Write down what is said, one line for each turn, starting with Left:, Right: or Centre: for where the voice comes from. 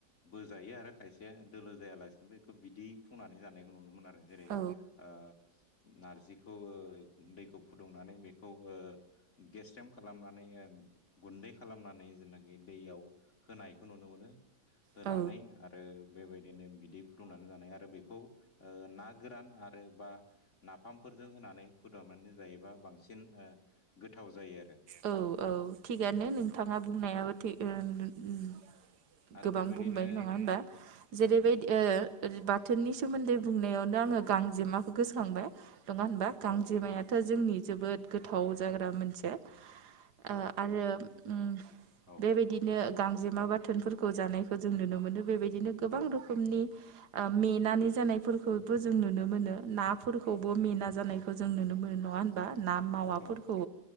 Left: बो जायो आरो खायसेया दोलो जायालासिनोबो बेखौ बिदै फुंनानै जानायखौ नुनो मोन आरो। जैरै
Right: औ
Left: ओ नारजि खौ ओ दैखौ फुदुंनानै बेखौ ओ गेसरेम खालामनानै ओ गुन दै खालामनानै जेनाखि दैयाव होनाय। नुनो मोनो होनानै
Right: औ
Left: आरो बेबाय दिनो बिदै फुदुंनानै जानाय आरो बेखौ ओ ना गोरान आरो बा नाफामफोरजों नानै फुदुंनानै जायोबा बांसिन ओ गोथाव जायो आरो।
Right: औ औ थिगानो नोंथाङा बुंनायाबो थिग <unintelligible>
Left: आरो
Right: गोबां
Left: बेबायदिनो
Right: बुंबाय नङा होनबा जेरैबाय
Left: उम
Right: ओ ओरै बाथोननि सोमोन्दै बुंनायावनो आंङो गांजेमाखौ गोसखांबाय। नङा होनबा गांजेमायाथ'
Left: औ औ
Right: जोंनि
Left: औ
Right: जोबोद
Left: जेनबा
Right: गोथाव जाग्रा मोनसे। ओ आरो उम
Left: औ
Right: बेबायदिनो गांजेमा बाथोनफोरखौ जानायखौ जों नुनो मोनो बेबायदिनो गोबां
Left: औ
Right: रोखोमनि ओ मेनानै जानायफोरखौबो जों नुनो मोनो नाफोरखौबो
Left: औ
Right: मेना जानाय बो जों नुनो मोनो नंङा होनबा ना मावाफोरखौ
Left: औ